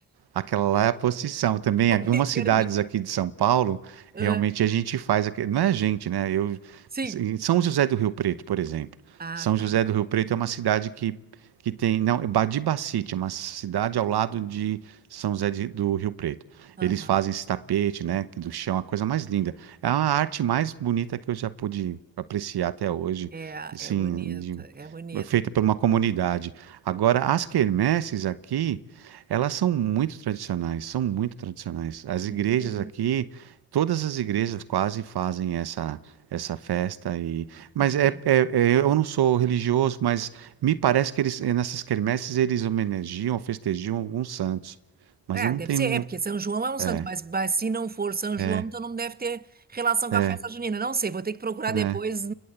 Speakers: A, on the right; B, on the right.
A: Aquela lá é a posição. Também,
B: Tô
A: algumas
B: meio
A: cidades
B: perdida.
A: aqui de São Paulo,
B: Ah,
A: realmente a gente faz. aque- Não é a gente, né? Eu,
B: sim.
A: em São José do Rio Preto, por exemplo.
B: Ah,
A: São
B: tá.
A: José do Rio Preto é uma cidade que, que tem. Não, é Badibacite, é uma cidade ao lado de São José de- do Rio Preto.
B: Aham.
A: Eles fazem esse tapete, né? que Do chão, a coisa mais linda. É a arte mais bonita que eu já pude apreciar até hoje,
B: É,
A: assim,
B: é bonita,
A: de-
B: é bonita.
A: feita por uma comunidade. Agora, as quermesses aqui. Elas são muito tradicionais, são muito tradicionais. As
B: Tu
A: igrejas
B: vê,
A: aqui, todas as igrejas quase fazem essa essa festa e, mas
B: entendi.
A: é, é- é- eu não sou religioso, mas me parece que eles nessas quermesses eles homenageiam, festejam alguns santos. Mas
B: É,
A: eu não
B: deve
A: tenho
B: ser,
A: muito.
B: é porque São João é um santo,
A: É,
B: mas, mas se não for São
A: é,
B: João, então não deve ter relação com
A: é,
B: a festa junina. Não sei, vou ter que procurar
A: né?
B: depois